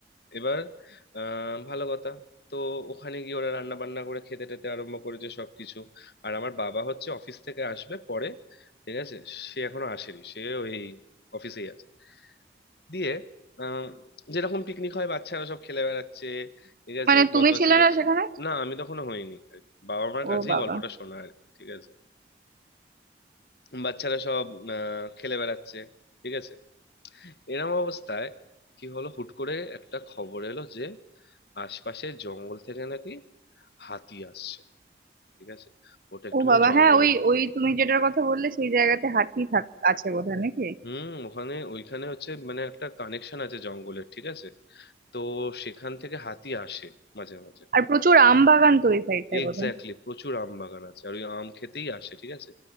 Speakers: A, on the left (about 65°); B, on the right (about 50°).
A: এবার আহ ভালো কথা তো ওখানে গিয়ে ওরা রান্না বান্না করে খেতে টেতে আরম্ভ করেছে সবকিছু আর আমার বাবা হচ্ছে অফিস থেকে আসবে পরে ঠিক আছে সে এখনো আসেনি সে ওই অফিসেই আছে দিয়ে আহ যেরকম পিকনিক হয় বাচ্চারা সব খেলে বেড়াচ্ছে ঠিক আছে
B: মানে
A: বদমাশি
B: তুমি ছিলে
A: করছে
B: না সেখানে
A: না আমি তখনো হইনি আর কি। বাবা মার
B: ও
A: কাছেই
B: বাবা
A: গল্পটা শোনা আর কি ঠিক আছে বাচ্চারা সব আহ খেলে বেড়াচ্ছে ঠিক আছে এরম অবস্থায় কি হলো হুট করে একটা খবর এলো যে আশপাশের জঙ্গল থেকে নাকি হাতি আসছে ঠিক আছে ওটা একটুখানি
B: ও বাবা
A: জঙ্গলের
B: হ্যাঁ ওই ওই তুমি যেটার কথা বললে সেই জায়গাতে হাতি থাক আছে বোধহয় নাকি
A: হুম ওখানে ওইখানে হচ্ছে মানে একটা কানেকশন আছে জঙ্গলের ঠিক আছে তো সেখান থেকে হাতি আসে মাঝে মাঝে
B: আর প্রচুর আম বাগান তো ওই সাইডটায়
A: এক্স্যাক্টলি
B: বোধহয়
A: প্রচুর আম বাগান আছে আর ওই আম খেতেই আসে ঠিক আছে